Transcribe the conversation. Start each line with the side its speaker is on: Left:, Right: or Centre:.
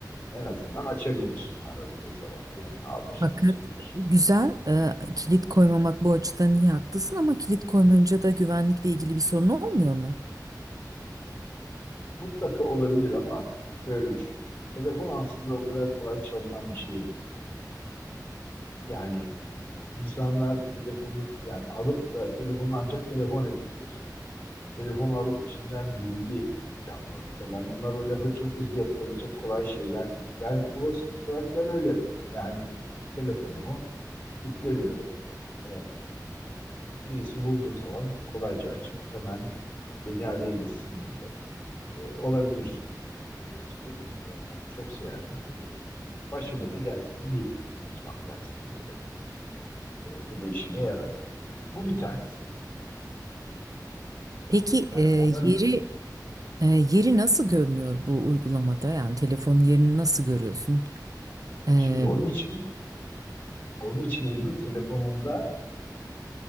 Left: en azından açabilir aradığı zaman. Yanına alır,
Right: Fakat
Left: açabilir.
Right: güzel e, kilit koymamak bu açıdan iyi haklısın ama kilit koymayınca da güvenlikle ilgili bir sorun olmuyor mu?
Left: Mutlaka olabilir ama şöyle düşün. Telefon aslında o kadar kolay çalınan bir şey değil. Yani insanlar telefonu yani alıp da telefonu ancak telefon edebilir. telefonu alıp içinden bilgi çalmak falan. Onlar öyle hı- çok hızlı yapılabilecek kolay şeyler değil. Ben olasılık olarak ben öyle yapıyorum. Yani telefonumu kilitlemiyorum. Ee, birisi bulduğu zaman kolayca açıp hemen beni arayabilsin diye. Ee, olabilir çünkü böyle bir durum. Ee, çok seyahat ediyorum. Başıma da gelmedi değil unutmak takside telefonu. Ee, bu da işime yaradı. Bu bir tanesi.
Right: Peki
Left: Yani
Right: e,
Left: ona
Right: yeri e, yeri nasıl görünüyor bu uygulamada? Yani telefonun yerini nasıl görüyorsun? E,
Left: şimdi onun için onun için Ebru telefonunda